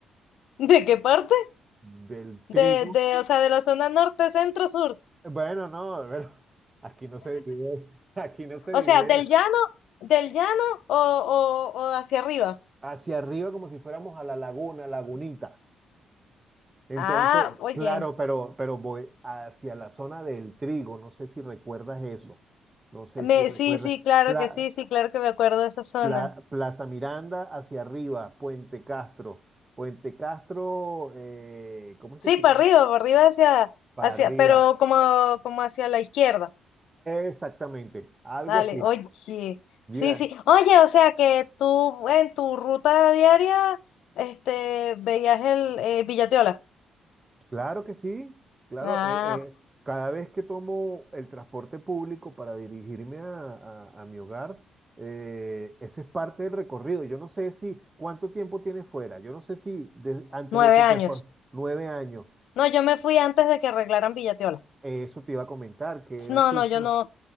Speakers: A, on the left (about 80°); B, on the right (about 25°).
A: ¿de qué parte?
B: del trigo.
A: De, de, o sea, de la zona norte, centro, sur.
B: Bueno, no, bueno, <laughs> aquí no se divide, <laughs> aquí no se
A: O
B: divide
A: sea, del llano, del llano o, o, o hacia arriba.
B: hacia arriba como si fuéramos a la laguna, lagunita. Entonces,
A: Ah, oye,
B: claro, pero, pero voy hacia la zona del trigo, no sé si recuerdas eso, no sé
A: me,
B: si recuerdas.
A: sí, sí, claro
B: Pla-
A: que sí, sí, claro que me acuerdo de esa zona.
B: Pla- Plaza Miranda hacia arriba, Puente Castro, Puente Castro, eh, ¿cómo es
A: Sí,
B: que se
A: para
B: llama?
A: arriba, para arriba hacia,
B: Para
A: hacia,
B: arriba,
A: pero como, como hacia la izquierda.
B: exactamente, algo
A: Dale,
B: así.
A: oye,
B: Mira,
A: sí, sí. Oye, o sea que tú en tu ruta diaria, este, veías el eh, Villatiola.
B: Claro que sí, claro.
A: Ah,
B: eh, eh, cada vez que tomo el transporte público para dirigirme a, a- a mi hogar, eh, eso es parte del recorrido. Yo no sé si cuánto tiempo tienes fuera. Yo no sé si de- antes
A: nueve
B: de que
A: años.
B: te fue nueve años,
A: No, yo me fui antes de que arreglaran Villatiola.
B: eh, eso te iba a comentar, que
A: No,
B: él, sufrió-
A: no, yo no,